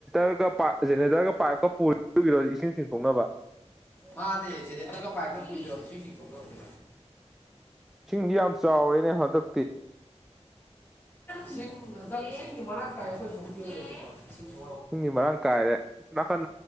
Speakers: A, in the centre; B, on the left.
A: ꯔꯒ ꯖꯦꯅꯦꯇꯔꯒ ꯄꯥꯏꯞꯀ ꯄꯨꯔꯣ ꯏꯁꯤꯡ ꯆꯤꯡꯊꯣꯛꯅꯕ
B: ꯃꯥꯅꯦ ꯖꯦꯅꯦꯇꯔꯒ ꯄꯥꯏꯞꯀ ꯄꯨꯏꯗꯣ ꯏꯁꯤꯡ ꯆꯤꯡꯊꯣꯛꯅꯕꯅꯦ
A: ꯏꯁꯤꯡꯗꯤ ꯌꯥꯝ ꯆꯥꯎꯔꯦꯅꯦ ꯍꯟꯗꯛ
B: ꯏꯁꯤꯡ ꯍꯟꯇꯛ ꯏꯁꯤꯡꯗꯤ ꯃꯔꯥꯡꯀꯥꯏ ꯑꯩꯈꯣꯏ ꯁꯣꯝꯒꯤ ꯑꯣꯏꯅꯗꯤꯀꯣ ꯏꯁꯤꯡ ꯁꯣ
A: ꯏꯁꯤꯡꯗꯤ ꯃꯔꯥꯡ ꯀꯥꯏꯔꯦ ꯑꯁꯣꯝ ꯅꯥꯀꯟ